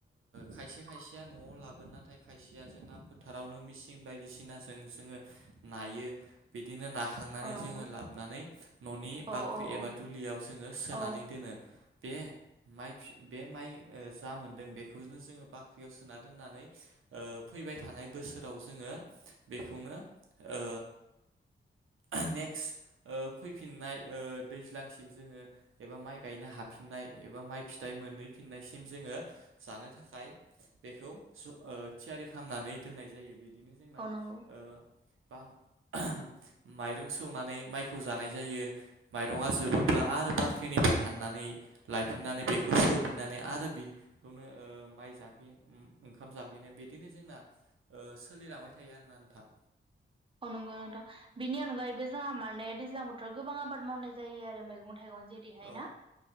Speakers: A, on the right; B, on the right.
A: खायसे खायसेया न'आव लाबोनानै नाथाय खायसेया जोंना फोथारावनो मिसिन बायदिसिनाजों जोङो नायो बिदिनो नाखांनानै
B: औ नंगौ
A: जोङो लाबोनानै न'नि
B: औ
A: बाख्रि
B: औ
A: एबा दुलियाव जोङो सोनानै
B: औ
A: दोनो। बे माइ बे माइ जा मोन्दों बेखौनो जोङो बाख्रियाव सोना दोननानै ओ फैबाय थानाय बोसोराव जोङो बेखौनो ओ <inaudible> नेक्स्ट फैफिननाय दैज्लांसिम जोङो एबा माइ गायनो हा फिननाय एबा माइ फिथाइ मोनहै फिननायसिम जोङो जानो थाखाय बेखौ ओ थियारि खालामनानै दोननाय जायो बिदिनो जोंना
B: औ
A: ओ
B: नंगौ
A: बा ओहोम माइरं सौनानै माइखौ जानाय जायो माइरङा जोबोब्ला आरो बाख्रिनिफ्राय हाननानै लायफिननानै बेखौ सौफिननानै आरो बेखौनो माइ जाफिन ओ ओंखाम जाफिन माने बिदिनो जोंना ओ सोलिलांबाय थायो आरोना नोंथां।
B: अ नंगौना नोंथां बिनि अनगायै बो जोंहा माने दैज्लां बोथोराव गोबां आबाद मावनाय जायो आरो मैगं थाइगंनि जेरैहाय
A: औ
B: ना